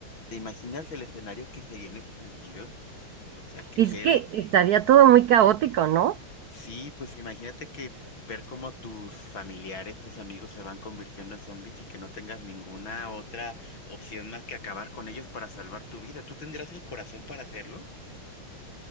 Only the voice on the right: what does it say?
Es
que estaría todo muy caótico, ¿no?